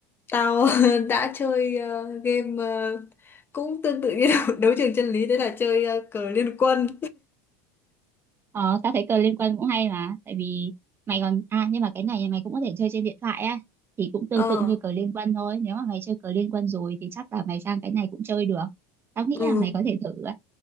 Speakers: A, on the left; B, on the right.
A: tao <laughs> đã chơi ờ, game ờ, cũng tương tự như <laughs> đấu, đấu trường chân lý đấy là chơi ờ, cờ liên quân.
B: Ờ, tao thấy cờ liên quân cũng hay mà, tại vì mày còn à nhưng mà cái này mày cũng có thể chơi trên điện thoại á thì cũng
A: Ờ.
B: tương tự như cờ liên quân thôi. Nếu mà mày chơi cờ liên quân rồi thì chắc là mày sang cái này cũng chơi được. Tao nghĩ
A: Ừ.
B: là mày có thể thử á.